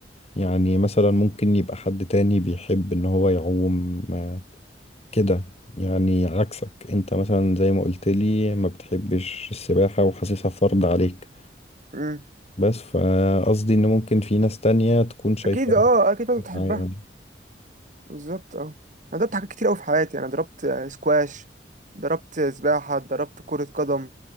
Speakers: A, on the left; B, on the right.
A: يعني مثلا ممكن يبقى حد تاني بيحب ان هو يعوم كده يعني عكسك انت مثلا زي ما قلت لي ما بتحبش السباحة وحاسسها فرض عليك
B: امم
A: بس فقصدي ان ممكن في ناس تانية تكون شايفاها
B: اكيد اه اكيد انت
A: متعة
B: بتحبها
A: يعني
B: بالظبط اه انا ضربت حاجات كتير قوي في حياتي انا ضربت آه، سكواش ضربت سباحة ضربت كرة قدم